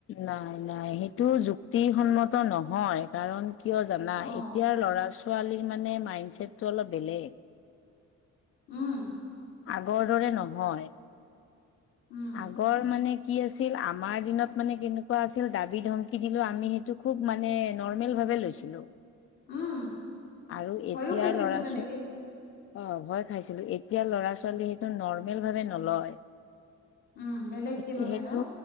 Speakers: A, on the left; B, on the left.
A: নাই নাই সেইটো যুক্তিসন্মত নহয়। কাৰণ কিয় জানা
B: অ
A: এতিয়াৰ ল'ৰা ছোৱালীৰ মানে মাইণ্ডচছেটটো অলপ বেলেগ।
B: উম।
A: আগৰ দৰে নহয়।
B: উম
A: আগৰ মানে, কি আছিল আমাৰ দিনত মানে কেনেকুৱা আছিল দাবী ধমি দিলেও আমি সেইটো খুব মানে নৰ্মেল। বাবে লৈছিলো
B: উম
A: আৰু
B: ভয়ো
A: এতিয়াৰ
B: খাইছিলো
A: ল'ৰা
B: তেনেকে
A: ছোৱালী অ ভয় খাইছিলো এতিয়া ল'ৰা ছোৱালী সেইটো নৰ্মেল ভাৱে নলয়।
B: উম বেলেগ
A: সেইটো
B: কি ভাবে
A: সেইটো
B: ন